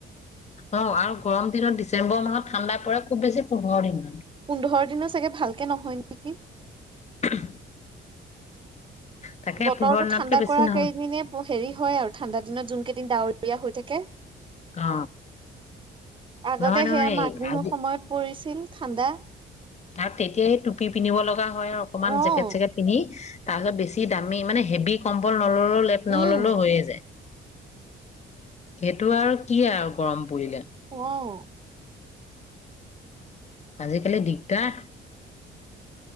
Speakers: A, on the left; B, on the right.
A: অ' আৰু গৰম দিনত ডিচেম্বৰ মাহত ঠাণ্ডা পৰে খুব বেছি পোন্ধৰ দিনমান।
B: পোন্ধৰ দিনৰ চাগে, ভালকে নহয় নেকি?
A: <inaudible> তাকে
B: বতৰটো
A: পোন্ধৰ দিনতকে
B: ঠাণ্ডা
A: বেছি
B: কৰা
A: নহয়
B: কেইদিনে ব- হেৰি হয় আৰু। ঠাণ্ডা দিনত যোন কেইদিন ডাৱৰীয়া হৈ থা কে
A: অ,
B: আগতে
A: নহয়-নহয়
B: সেয়া মাঘ বিহুৰ
A: আজি
B: সময়ত পৰিছিল। ঠাণ্ডা
A: আৰু তেতিয়াহে টুপি পিন্ধিব লগা হয় আৰু অকণমান
B: অ',
A: জেকট-চেকেট পিন্ধি তাৰপিছত বেছি দামি মানে হেভি কম্বল নল'লেও লেপ নহ'ললেও
B: উম,
A: হৈয়ে যায়। সেইটো আৰু কি আৰু গৰম পৰিলে
B: অহ
A: আজিকালি দিগদাৰ।